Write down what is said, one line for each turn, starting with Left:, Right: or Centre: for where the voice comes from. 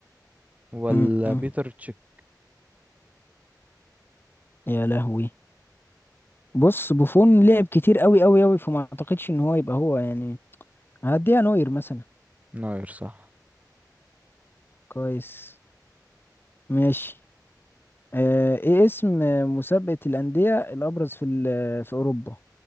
Right: ولا
Left: م -م.
Right: بيتر تشيك
Left: يا لهوي بص بوفون لعب كتير قوي قوي قوي فما اعتقدش ان هو يبقى هو يعني هديها نوير مثلا
Right: نوير صح
Left: كويس ماشي آه ايه اسم مسابقة الأندية الأبرز في ال- في أوروبا